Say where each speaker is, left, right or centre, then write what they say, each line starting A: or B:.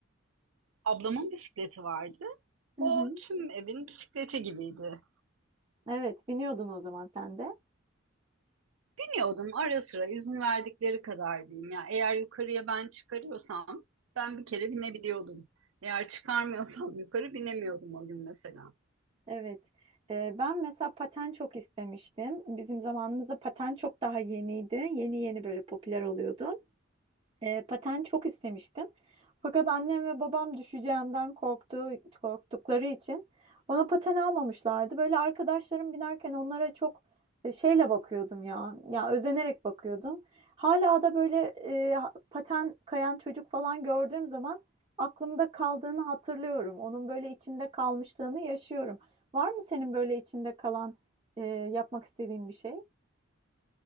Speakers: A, on the right (about 80°); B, on the right (about 30°).
A: Ablamın bisikleti vardı.
B: Hı
A: O
B: hı.
A: tüm evin bisikleti gibiydi.
B: Evet, biniyordun o zaman sen de.
A: Biniyordum ara sıra izin verdikleri kadar diyeyim ya. Eğer yukarıya ben çıkarıyorsam ben bir kere binebiliyordum. Eğer çıkarmıyorsam <laughs> yukarı binemiyordum o gün mesela.
B: Evet. Ee, ben mesela paten çok istemiştim. Bizim zamanımızda paten çok daha yeniydi. Yeni yeni böyle popüler oluyordu. E, paten çok istemiştim. Fakat annem ve babam düşeceğimden korktuğu, korktukları için bana paten almamışlardı. Böyle arkadaşlarım binerken onlara çok e, şeyle bakıyordum ya. Ya özenerek bakıyordum. Hala da böyle e, paten kayan çocuk falan gördüğüm zaman aklımda kaldığını hatırlıyorum. Onun böyle içimde kalmışlığını yaşıyorum. Var mı senin böyle içinde kalan e, yapmak istediğin bir şey?